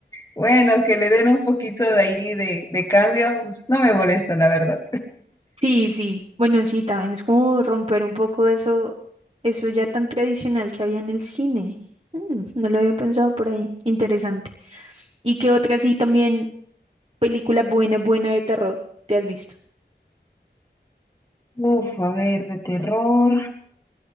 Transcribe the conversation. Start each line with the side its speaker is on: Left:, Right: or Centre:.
Left: Bueno, que le den un poquito de ahí de, de cambio, pues, no me molesta, la verdad.
Right: Sí, sí, bueno, sí, también es como romper un poco eso, eso ya tan tradicional que había en el cine. Mm, no lo había pensado por ahí. Interesante. ¿Y qué otra sí también película buena, buena de terror te has visto?
Left: Uf, a ver, de terror.